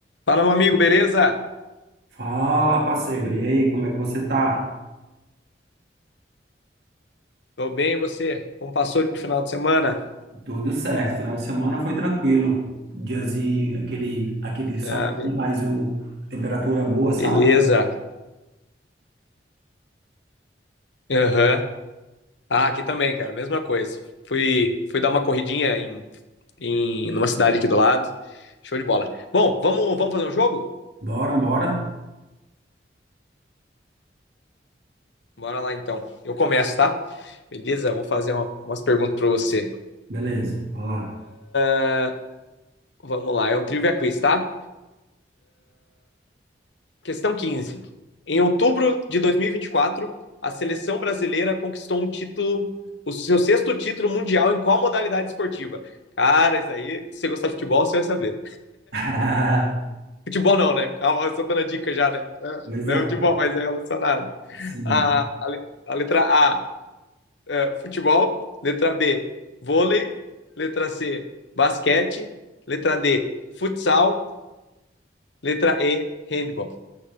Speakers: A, on the left; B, on the right.
A: Fala, meu amigo, beleza?
B: Fala, parceiro. E aí, como é que você tá?
A: Tô bem, e você? Como passou de final de semana?
B: Tudo certo. Final de semana foi tranquilo. Diazinho, aquele, aquele sol,
A: Ah, be-
B: mas o, a temperatura boa, sabe?
A: beleza. Aham. Ah, aqui também, cara, mesma coisa. Fui, fui dar uma corridinha em, em numa cidade aqui do lado. Show de bola. Bom, vamos, vamos fazer um jogo?
B: Bora, bora.
A: Bora lá então. Eu começo, tá? Beleza? Vou fazer uma- umas perguntas pra você.
B: Beleza, vamos lá.
A: Ah, Vamos lá, é um trivia quiz, tá? Questão 15. Em outubro de 2024, a seleção brasileira conquistou um título, o seu sexto título mundial em qual modalidade esportiva? Cara, isso aí, se você gostar de futebol, você vai saber.
B: <laughs>
A: Futebol não, né? Calma, eu tô dando a dica já, né?
B: Pois
A: Não
B: é,
A: é futebol, mas é relacionado.
B: sim.
A: A, a, a letra A, é, futebol. Letra B, vôlei. Letra C, basquete. Letra D, futsal. Letra E, handball.